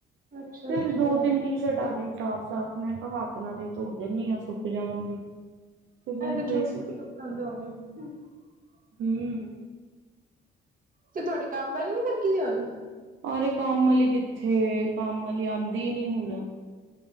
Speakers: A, on the right (about 45°); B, on the right (about 75°).
A: ਅੱਛਾ
B: ਤੇ
A: ਅੱਛਾ
B: ਦੋ ਤਿੰਨ ਟੀ ਸ਼ਰਟ ਆ ਗਈ ਸਾਫ਼ ਸਾਫ਼ ਮੈਂ ਹੱਥ ਨਾਲ ਧੋ ਦੇਨੀ ਹਾਂ ਸੁੱਕ ਜਾਣਗੇ
A: <unintelligible>
B: ਫਿਰ ਏਦਾਂ ਹੀ ਸੁੱਕ ਹਮ
A: ਤੇ ਤੁਹਾਡੀ ਕੰਮ ਵਾਲੀ ਨੀ ਲੱਗੀ ਹੋਈ ਹੁਣ
B: ਅਰੇ ਕੰਮ ਵਾਲੀ ਕਿੱਥੇ ਕੰਮ ਵਾਲੀ ਆਉਂਦੀ ਨੀ ਹੁਣ